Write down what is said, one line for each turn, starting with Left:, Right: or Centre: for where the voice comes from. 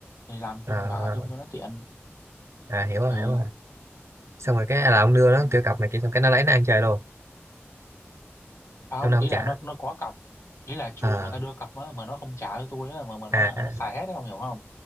Left: thì làm
Right: à,
Left: chung thì ở chung cho nó tiện
Right: à, hiểu rồi
Left: ừ.
Right: hiểu rồi xong rồi cái à, là ông đưa nó
Left: Ừ.
Right: kiểu cọc này kia xong cái nó lấy nó ăn chơi luôn
Left: à, không
Right: xong nó
Left: ý
Right: không trả
Left: là nó nó có cọc ý là chủ
Right: à,
Left: người ta đưa cọc á mà nó không trả cho tôi á mà mà nó
Right: à, à.
Left: nó xài hết đấy không hiểu không